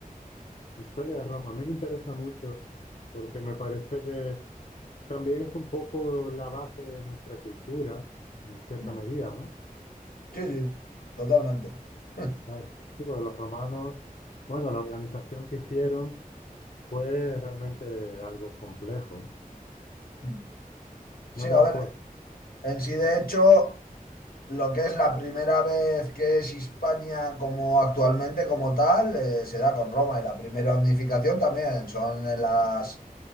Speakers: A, on the left; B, on the left.
A: historia de Roma. A mí me interesa mucho porque me parece que también es un poco la base de nuestra cultura, en cierta
B: Mm.
A: medida, ¿no?
B: Sí, sí, totalmente. <laughs>
A: Claro, sí, porque los romanos, bueno, la organización que hicieron. Fue realmente algo complejo, ¿eh?
B: Mm. Sí,
A: No eran
B: a ver,
A: pueblos.
B: en sí de hecho, lo que es la primera vez que es Hispania como actualmente como tal, eh, se da con Roma y la primera unificación también son en las,